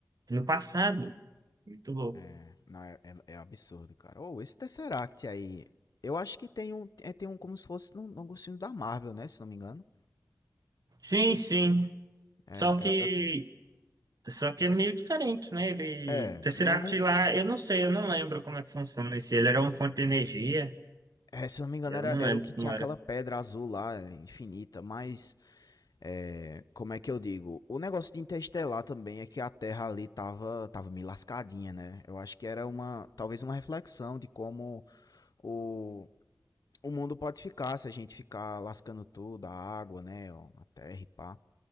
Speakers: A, on the right; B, on the left.
A: no passado. Muito louco.
B: É, não, é, é, é absurdo, cara. Ou esse Tesseract aí. Eu acho que tem um, é, tem um como se fosse num, num gostinho da Marvel, né, se não me engano.
A: Sim, sim.
B: É,
A: Só
B: eu,
A: que,
B: eu-
A: só que é meio diferente, né? Ele,
B: é,
A: Tesseract
B: não, não-
A: lá, eu não sei, eu não lembro como é que funciona esse. Ele era uma fonte de energia,
B: é, se eu não me engano,
A: eu
B: era,
A: não
B: era
A: lembro
B: o que tinha
A: como
B: aquela
A: era.
B: pedra azul lá, é, infinita, mas, é, como é que eu digo? O negócio de Interestelar também é que a Terra ali tava, tava meio lascadinha, né? Eu acho que era uma, talvez uma reflexão de como o, o mundo pode ficar se a gente ficar lascando tudo, a água, né, ó, a terra e pá.